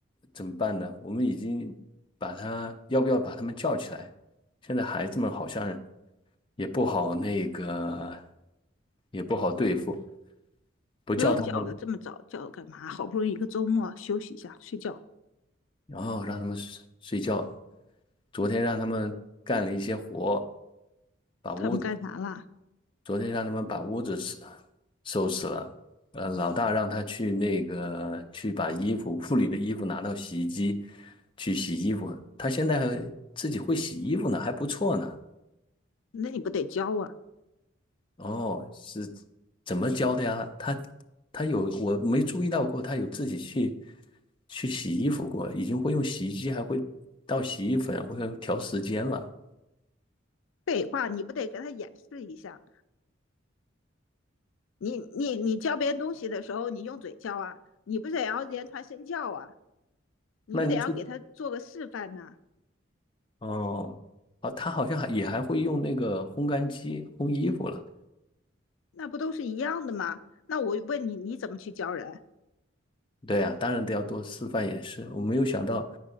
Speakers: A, on the left (about 25°); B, on the left (about 85°).
A: 怎么办呢？我们已经把他，要不要把他们叫起来？现在孩子们好像也不好那个，也不好对付，不叫他们，
B: 不用叫了，这么早叫干嘛？好不容易一个周末休息一下，睡觉。
A: 然后让他们睡睡觉。昨天让他们干了一些活，把屋
B: 他们干啥啦？
A: 昨天让他们把屋子收收拾了，呃，老大让他去那个去把衣服屋里的衣服拿到洗衣机去洗衣服，他现在还自己会洗衣服呢，还不错呢。
B: 那你不得教啊？
A: 哦，是怎么教的呀？他他有我没注意到过，他有自己去去洗衣服过，已经会用洗衣机，还会倒洗衣粉，或者调时间了。
B: 废话，你不得给他演示一下？你你你教别人东西的时候，你用嘴教啊？你不得要言传身教啊？你不得要给他做个示范呐、
A: 那你是
B: 啊
A: 哦，哦，他好像还也还会用那个烘干机烘衣服了。
B: 那不都是一样的吗？那我问你，你怎么去教人？
A: 对啊，当然得要多示范演示。我没有想到